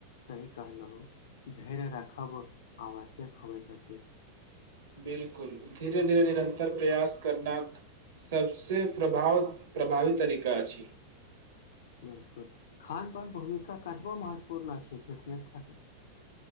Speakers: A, on the left; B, on the right.
A: सही कहलहुँ धैर्य राखब आवश्यक होबैत त छै
B: बिलकुल धीरे धीरे निरन्तर प्रयास करना सबसे प्रभाव प्रभावी तरीका अछि
A: बिलकुल खानपान भूमिका कतबो महत्वपूर्ण छै फिटनेस खातिर